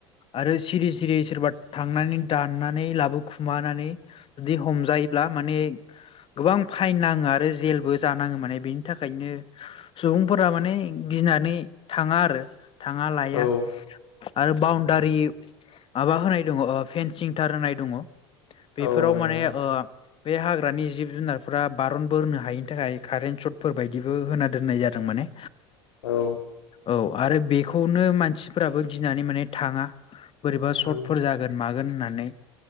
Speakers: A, on the left; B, on the left.
A: आरो सिरि-सिरि सोरबा थांनानै दाननानै लाबोखुमानानै जुदि हमजायोब्ला मा माने गोबां फाइन नाङो आरो जेलबो जानाङो माने बेनि थाखायनो सुबुंफोर माने गिनानै थाङा आरो थाङा लाया
B: औ
A: आरो बाउनडारि माबा होनाय दङ ओ फेनसिं थार होनाय दङ बेफोराव
B: औ नंगौ
A: माने ओ बे हाग्रानि जिब-जुनारफोरा बारन बोनो हायिनि थाखाय कारेन्ट सटफोर बायदिबो होना दोननाय जादों माने
B: औ
A: औ आरो बेखौनो मानसिफोराबो गिनानै माने थाङा बोरैबा सर्टफोर
B: औ
A: जागोन मा गोन होननानै